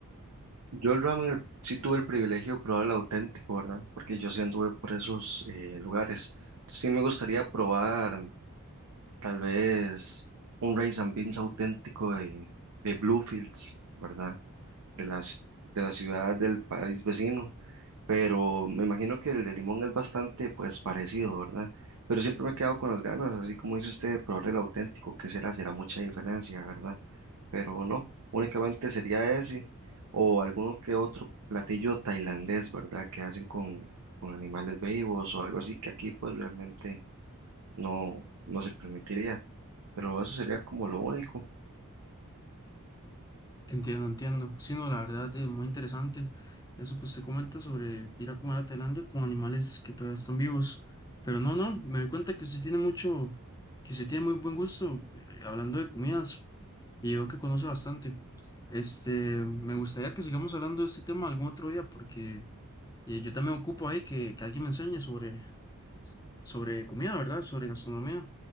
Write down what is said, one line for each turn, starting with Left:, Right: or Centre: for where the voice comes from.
Right: Yo el ramen el- sí tuve el privilegio de probar el auténtico, ¿verdad? Porque yo sí anduve por esos eh, lugares. Sí me gustaría probar tal vez un rice and beans auténtico de, de Bluefields, ¿verdad? De las, de la ciudad del país vecino. Pero me imagino que el de Limón es bastante pues parecido, ¿verdad? Pero siempre me he quedado con las ganas, así como dice usted, de probar el auténtico. ¿Qué será? Será mucha diferencia, ¿verdad? pero no, únicamente sería ese o alguno que otro platillo tailandés, ¿verdad? Que hacen con, con animales vivos o algo así que aquí pues realmente no, no se permitiría, pero eso sería como lo único.
Left: Entiendo, entiendo. Sí, no, la verdad es muy interesante eso que usted comenta sobre ir a comer a Tailandia con animales que todavía están vivos. Pero no, no, me doy cuenta que usted tiene mucho, que usted tiene muy buen gusto eh, hablando de comidas y veo que conoce bastante. Este, me gustaría que sigamos hablando de este tema algún otro día porque eh, yo también ocupo ahí que, que alguien me enseñe sobre, sobre comida, ¿verdad? Sobre gastronomía.